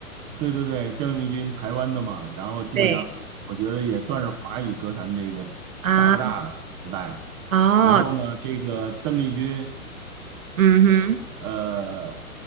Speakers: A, on the right (about 25°); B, on the right (about 60°).
A: 对对对，邓丽君台湾的嘛，然后基本上我觉得也算是华语歌坛这个大哥大时代。
B: 对啊，哦，
A: 然后呢，这个邓丽君，
B: 嗯哼，
A: 呃，